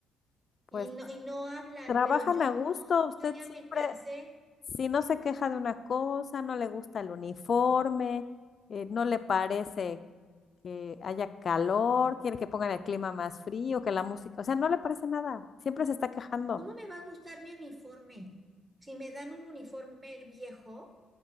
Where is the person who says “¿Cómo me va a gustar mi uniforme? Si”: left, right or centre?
Right